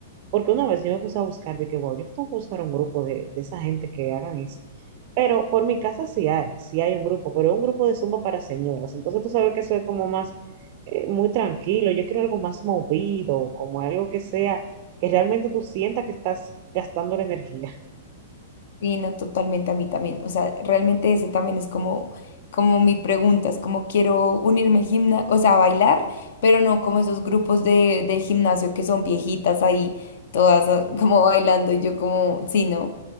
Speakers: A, on the right; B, on the left.
A: Porque una vez yo me puse a buscar, de que, wow, yo tengo que buscar un grupo de, de esa gente que hagan eso. Pero por mi casa sí hay, sí hay un grupo, pero es un grupo de Zumba para señoras. Entonces tú sabes que eso es como más, eh, muy tranquilo. Yo quiero algo más movido, como algo que sea, que realmente tú sientas que estás gastando la energía.
B: Y no, totalmente a mí también. O sea, realmente ese también es como, como mi pregunta, es como quiero unirme al gimnasio, o sea, a bailar, pero no como esos grupos de, del gimnasio que son viejitas ahí, todas ah, <laughs> como bailando, y yo como, sí, no,